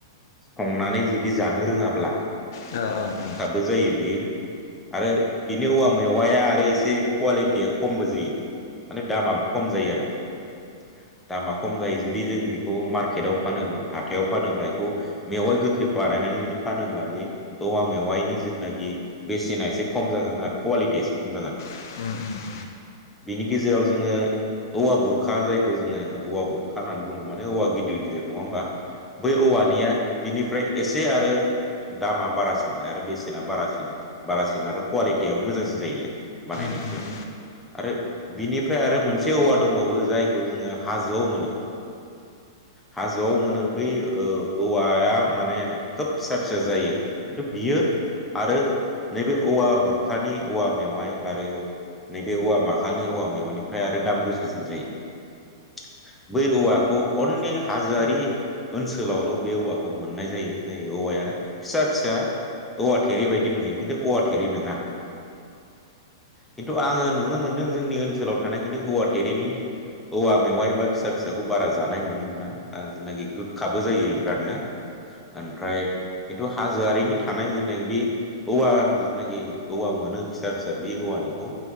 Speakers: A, in the centre; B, on the left.
A: संनानै जुदि जानो रोङाब्ला
B: ओ, ओ।
A: खाबो जायो बियो आरो बिनि औवा मेवाया आरो एसे कुवालिटिया खमबो जायो माने दामाबो खम जायो आरो। <inaudible> दामा खम जायो जुदि जों बेखौ मार्केटआव फानोब्ला हाथायाव फानोब्ला बेखौ मेवाइ गोखै बानायनानै जुदि फानोब्ला बे औवा मेवाइनि जिथुनाखि बेसेना एसे खम जागोन आरो कुवालि टिया एसे खम जागोन।
B: उम उम।
A: बिनि गेजेराव जोङो औवा बुर खा जायखौ जोङो औवा बुरखा होननानै बुङो माने औवा गिदिर गिदिर नङा होमबा? बै औवानिया बिनिफ्राय एसे आरो दामा बारासिनलाय आरो बेसेना बारासिलि बारासिन आरो क्वालिटियाबो मोजांसिन जायोलाय बानायनो।
B: उम उम।
A: आरो बिनिफ्राय आरो मोनसे औवा दंबावो जायखौ जोङो हाजोआव मोनो <inaudible> हाजोआव मोनो बै ओ औवाया माने खोब फिसा फिसा जायो खिन्थु बियो आरो नैबे औवा बुरखानि औवा मेवहाय आरो नैबे औवा माखालनि औवा मेवाइनिफ्राय आरो दाम गोसासिन जायो। बै औवाखौ अनलि हाजोआरि ओनसोलावल' बे औवाखौ मोननाय जायो जाय औवाया फिसा फिसा औवा थेरे बायदि नुयो खिन्थु औवा थेरे नोङा। खिन्थु आङो नुनो मोनदों जोंनि ओनसोलाव थानाय खिन्थु औवाटेरिनि औवा मेवाइ बा फिसा फिसाखौ बारा जानाय नुनो मोना ओ जेनाखि गोखाबो जायो बेरादनो। ओमफ्राय खिन्थु हाजोआरिनि थानाय जेनाखि बे औवा जिथुनाखि औवा मोनो फिसा फिसा बि औवानिखौ